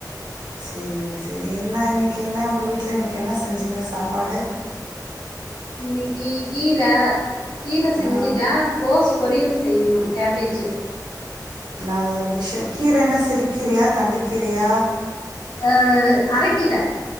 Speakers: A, on the right; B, on the left.
A: செர் செரி என்ன இன்னைக் என்ன உங்க வீட்ல இன்னைக்கி என்ன செஞ்சிங்க சாப்பாடு
B: இன்னிக்கி கீர கீர செஞ்ஜிட
A: ஆ
B: கோஸ் பொரியல் செய்யணு கேபேஜு
A: நல்ல விஷ்யோ கீரன்னா சிறுக்கீரயா தண்டுக்கீரயா
B: ஆ அரக்கீர